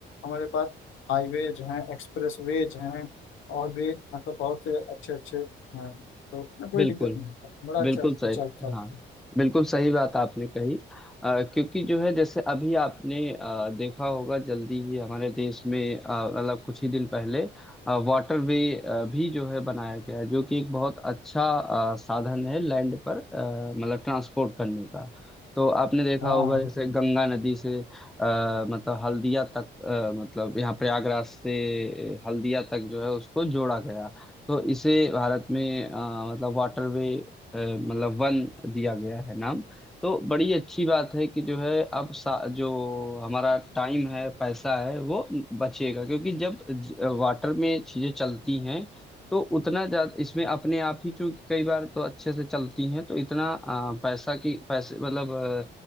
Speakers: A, on the left; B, in the centre.
A: हमारे पास हाईवेज हैं एक्सप्रेसवेज हैं और भी मतलब बहुत से अच्छे अच्छे हैं तो उसमें कोई
B: बिल्कुल
A: दिक्कत नहीं होता बड़ा
B: बिल्कुल
A: अच्छा सुचारू
B: सही
A: साथ
B: हाँ
A: है।
B: बिल्कुल सही बात आपने कही अ, क्योंकि जो है जैसे अभी आपने अ, देखा होगा जल्दी ही हमारे देश में अ, मतलब कुछ ही दिन पहले वाटरवे भी जो है बनाया गया है जो कि एक बहुत अच्छा अ, साधन है लैंड पर अ, मतलब ट्रांसपोर्ट करने का तो आपने देखा
A: हाँ
B: होगा जैसे गंगा नदी से आ, मतलब हल्दिया तक अ, मतलब यहाँ प्रयागराज से हल्दिया तक जो है उसको जोड़ा गया तो इसे भारत में अ, मतलब वाटरवे अ, मतलब वन दिया गया है नाम तो बड़ी अच्छी बात है कि जो है अब सा, जो हमारा टाइम है पैसा है वो बचेगा क्योंकि जब ज- वाटर में चीजें चलती हैं तो उतना ज्यादा इसमें अपने आप ही चूंकि कई बार तो अच्छे से चलती हैं तो इतना अ, पैसा की पैसे मतलब अ,